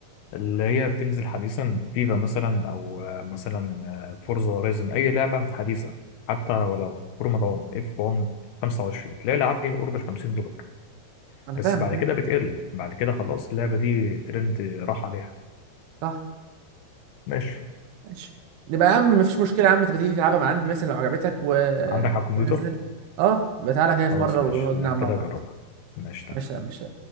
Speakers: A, on the left (about 75°); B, on the right (about 70°).
A: اللي هي بتنزل حديثا فيفا مثلا او آه، مثلا آه، فورزا هورايزن اي لعبه حديثه حتى ولو فورمولا 1 اف 1 25 تلاقي الالعاب دي قرب ال 50 دولار
B: انا
A: بس
B: فاهم
A: بعد
B: فاهم
A: كده بتقل بعد كده خلاص اللعبه دي ترند راح عليها
B: صح
A: ماشي
B: ماشي يبقى يا عم مفيش مشكله يا عم تبقى تيجي تلعبها مع عندي مثلا لو عجبتك و
A: عندك على الكمبيوتر
B: يبقى نزلها اه يبقى تعالى كده في
A: خلاص
B: مره
A: ماشي
B: ونقعد
A: ده
B: نلعب
A: كده
B: مع بعض
A: جربها ماشي تمام
B: ماشي يا عم، ماشي